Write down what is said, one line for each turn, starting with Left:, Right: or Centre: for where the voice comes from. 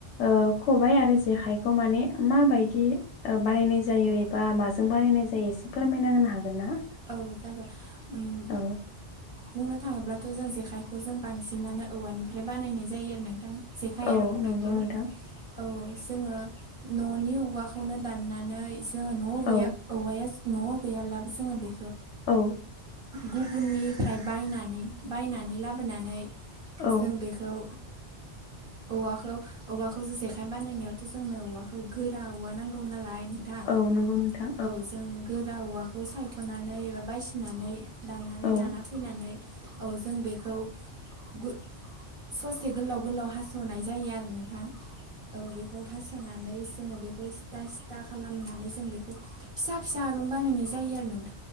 Left: ओ खबाय आरो जेखाइखौ माने माबायदि बानायनाय जायो
Right: औ
Left: एबा माजों बानायनाय जायो एसे फोरमायना होनो हागोन ना?
Right: औ जागोन। उम
Left: औ
Right: बुंनो थाङोब्लाथ' जों जेखायखौ जों बांसिनानो औवानिफ्राय बानायनाय जायो आरो ना। जेखाइ
Left: औ
Right: आरो खबायखौ
Left: नंगौ नोंथां
Right: औ जोङो। न'नि औवाखौनो दाननानै जोङो न'
Left: औ
Right: गैया औवाया न'आव गैयाब्लाबो जोङो बे
Left: औ
Right: गुबुननिफ्राय बायनानै बायनानै लाबोनानै
Left: औ
Right: जों बेखौ औवाखौ औवाखौ जेखाइ बानायनायावथ' जोंनो औवा औ गोरा औवा नांगौ नालाय नोंथां,
Left: औ नंगौ नोंथां
Right: औ जों गोरा औवाखौ साय ख'नानै एबा बासिनानै दांनानै
Left: औ
Right: लाना फैनानै औ जों बेखौ गु ससे गोलाव गोलाव हास'नाय जायो आरो नो थां औ बेखौ हास'
Left: <inaudible>
Right: जोङो बेखौ सिथा सिथा खालामनानै जों बेखौ फिसा फिसा आरुं बानायनाय जायो आरो नों